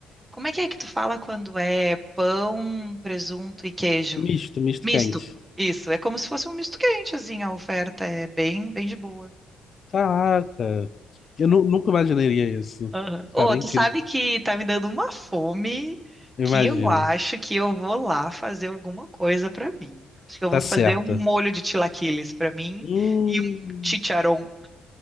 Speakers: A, on the right; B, on the left.
A: Como é que é que tu fala quando é pão, presunto e queijo?
B: Misto, misto
A: Misto.
B: quente.
A: Isso, é como se fosse um misto quente, assim, a oferta é bem, bem de boa.
B: Caraca, eu nu- nunca imaginaria isso.
A: Aham. Ô,
B: Cara, é
A: tu
B: incrível.
A: sabe que tá me dando uma fome
B: Eu
A: que
B: imagino.
A: eu acho que eu vou lá fazer alguma coisa pra mim. Acho que eu
B: Tá
A: vou fazer
B: certa.
A: um molho de chilaquiles pra mim
B: Hum,
A: e um chicharrón.